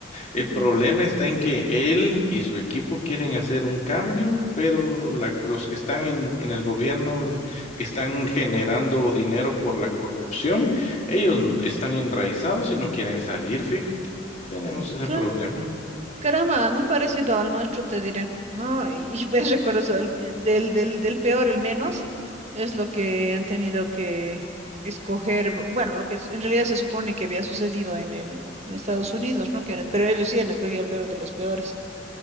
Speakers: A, on the left; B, on the right.
A: El problema
B: ya.
A: está en que él y su equipo quieren hacer un cambio, pero la- los que están en, en el gobierno, l- que están generando dinero por la corrupción, ellos n- están enraizados y no quieren salir, fíjate. Tenemos ese
B: Claro.
A: problema.
B: Caramba, muy parecido al nuestro, te diré, ¿no? Y <laughs> ves, recuerdo eso, el- el- del, del, del peor, el menos, es lo que han tenido que escoger, bu- bueno, lo que es- en realidad se supone que había sucedido en el, en Estados Unidos, ¿no? Que, han- pero ellos sí han escogido el peor de los peores.